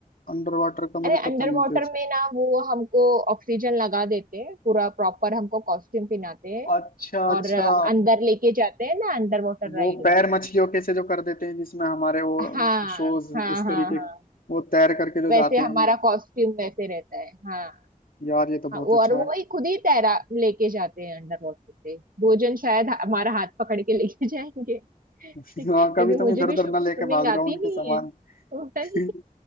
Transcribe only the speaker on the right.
अरे
अंडर
वाटर
में ना वो हमको ऑक्सीजन लगा देते हैं पूरा प्रॉपर हमको कॉस्ट्यूम पहनाते हैं
और अ, अंदर लेके जाते हैं ना अंडर वाटर
राइड
में
हाँ
हाँ
हाँ
हाँ
वैसे
हमारा
कॉस्ट्यूम वैसे रहता है हाँ।
हाँ वो
और वो
ही खुद ही तैरा लेके जाते हैं अंडर वाटर पे दो जन शायद हमारा हाथ पकड़ के लेके जाएंगे <laughs>
क्योंकि
मुझे
भी
स्विमिंग
आती
नहीं
है तो भाई